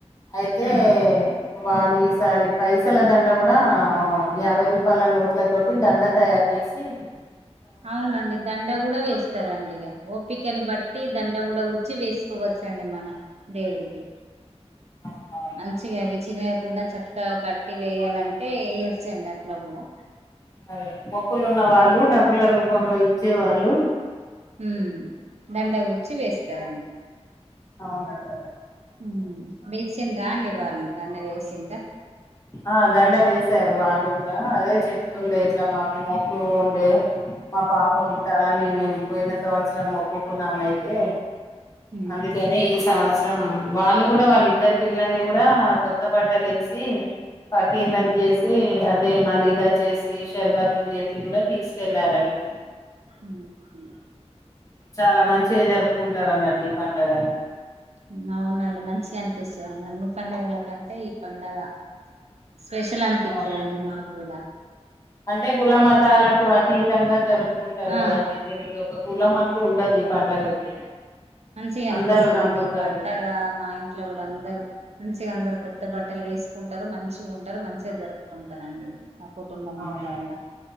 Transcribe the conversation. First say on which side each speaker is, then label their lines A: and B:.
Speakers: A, on the left (about 30°); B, on the right (about 70°).
A: అయితే
B: ఆ
A: వాళ్ళు ఈసారి పైసల దండ గూడా యాభై రూపాయల నోట్ల తోటి దండ తయారు జేస్ <unintelligible>
B: అవునండి దండ గూడా వేస్తారండి ఇగ ఓపికని బట్టి దండ గూడా గుచ్చి వేసుకోవచ్చండి మనం దేవుడికి
A: ఆ
B: మంచిగా అవి చినగకుండా చక్కగా కట్టి వేయాలంటే ఇగ సెండాఫ్లో గూడా
A: అదదే మొక్కులున్న వాళ్ళు డబ్బుల రూపంలో ఇచ్చే వాళ్ళు
B: ఊ దండ గుచ్చి వేస్తారన్న
A: అవును దండ
B: ఊ వేసిన్రా అండి వాళ్ళు దండ వేసిద్ధా
A: ఆ దండ వేశారు వాళ్ళు గూడా అదే చెప్తుండే
B: ఉమ్
A: ఇట్లా మాకు మొక్కు ఉండే మా పాప
B: ఉమ్
A: పుట్టాలని నేను పోయిన సంవత్సరం మక్కుకున్నానయితే
B: ఉమ్
A: అందుకనే ఈ సంవత్సరం వాళ్ళు గూడా వాళ్ళిద్దరు పిల్లల్ని గూడా కొ కొత్త బట్టలేసీ పకీర్లను
B: ఉమ్
A: జేసీ అదే మలీదా చేసి శర్బత్ లు జేసి గూడా తీసుకెళ్లారండి
B: ఉహు
A: చాల మంచిగ జరుపుకుంటారన్నట్లు ఈ పండగలు
B: ఉ అవునండి మంచిగ అనిపిస్తదండి అన్ని పండుగల కంటే ఈ పండగ స్పెషల్ అనిపిత్తదండి
A: అవును
B: మాగ్గూడ
A: అంటే కుల మతాలకు అతీతంగా జరుపుకుంటారు
B: ఆ
A: గదండి దీనికి ఈ ఒక కులం అంటూ ఉండదు ఈ పండగకి
B: మంచిగ
A: అందరూ
B: అనిపిస్తదండి
A: నమ్ముతారు
B: ఈ పండగా మా ఇంట్లో గూడా అందరు మంచిగా అందరు కొత్త బట్టలు వేసుకుంటారు మంచిగా ఉంటారు మంచిగా జరుపుకుంటార అండి ఆ కుటుంబమ్
A: అవునవును
B: అంత గూడా